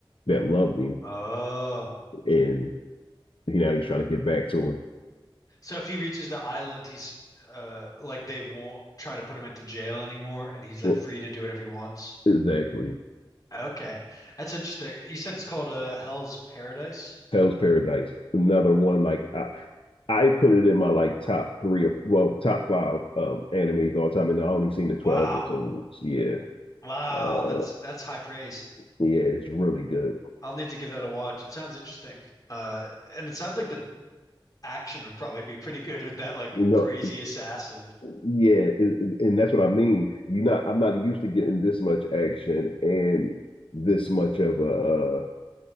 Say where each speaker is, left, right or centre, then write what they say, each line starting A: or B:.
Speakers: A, on the left; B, on the left.
A: that loved him
B: Oh.
A: and he, now he's trying to get back to her.
B: So if he reaches the island, he's uh like they won't try to put him into jail anymore, and he's like
A: Well,
B: free to do whatever he wants.
A: exactly.
B: Okay, that's interesting. You said it's called uh Hell's Paradise.
A: Hell's Paradise, another one like I, I put it in my like top three of well top five um animes all the time, and I only seen the twelve
B: Wow,
A: episodes. Yeah,
B: wow,
A: uh,
B: that's that's high praise.
A: yeah, it's really good.
B: I'll need to give that a watch. It sounds interesting. Uh, and it sounds like the action would probably be pretty good with that like
A: You know,
B: crazy assassin
A: yeah, it, it- and that's what I mean. you not, I'm not used to getting this much action and this much of a uh,